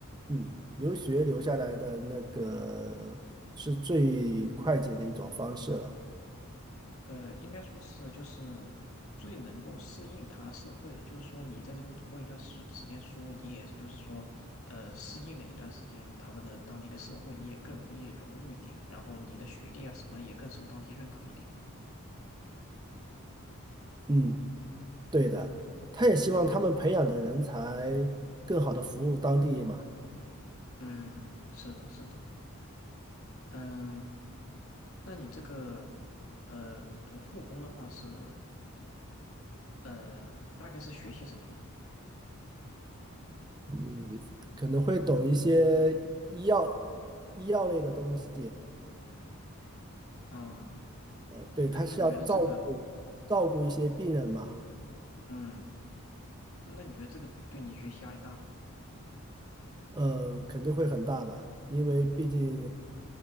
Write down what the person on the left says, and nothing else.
呃，应该说是就是最能够适应他社会的，就是说你在这边读过一段时时间书，你也就是说，呃，适应了一段时间他们的当地的社会，你也更容易融入一点，然后你的学历啊什么也更受当地认可一点。
嗯，是的，是的，嗯，那你这个呃读护工的话是呃大概是学些什么呢？
嗯，
那那你觉得这个
嗯，那你觉得这个对你学习压力大吗？